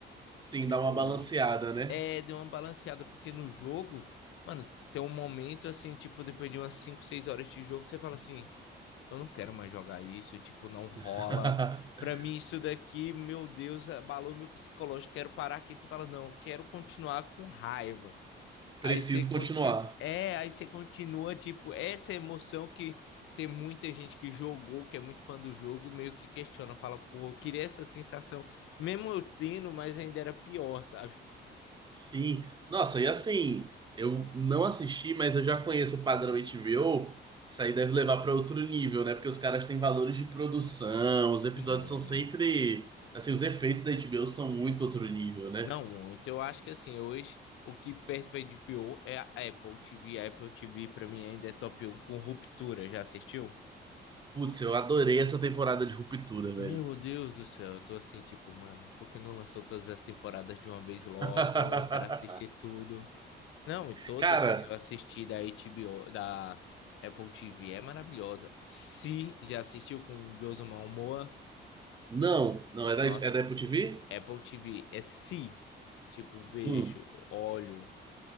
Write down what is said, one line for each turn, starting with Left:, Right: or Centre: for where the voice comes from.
Right: Sim,
Left: Tipo,
Right: dá uma balanceada, né?
Left: é, deu uma balanceada, porque no jogo, mano, tem um momento assim, tipo, depois de umas 5, 6 horas de jogo, você fala assim, eu não quero mais jogar isso, tipo, não rola.
Right: <laughs>
Left: Pra mim, isso daqui, meu Deus, abalou meu psicológico, quero parar aqui. Você fala, não, eu quero continuar com raiva. Aí
Right: Preciso
Left: você continua,
Right: continuar.
Left: é, aí você continua, tipo, essa emoção que tem muita gente que jogou, que é muito fã do jogo, meio que questiona, fala, pô, eu queria essa sensação, mesmo eu tendo, mas ainda era pior, sabe?
Right: Sim. Nossa, e assim, eu não assisti, mas eu já conheço o padrão HBO. Isso aí deve levar para outro nível, né? Porque os caras têm valores de produção, os episódios
Left: Muito.
Right: são sempre. Assim, os efeitos da HBO são muito outro nível, né?
Left: Não, muito. Eu acho que assim, hoje o que perde pra HBO é a Apple TV. A Apple TV pra mim ainda é top 1 com Ruptura. Já assistiu?
Right: Putz, eu adorei essa temporada de Ruptura,
Left: Meu
Right: velho.
Left: Deus do céu, eu tô assim, tipo, mano, por que não lançou todas as temporadas de uma vez logo?
Right: <laughs>
Left: Eu quero assistir tudo. Não, e todas
Right: Cara,
Left: que eu assisti da HBO, da Apple TV é maravilhosa. Se já assistiu com o Jason Momoa,
Right: não, não, é da,
Left: nossa,
Right: é da Apple TV?
Left: Apple TV é se, tipo, beijo,
Right: Hum.
Left: olho,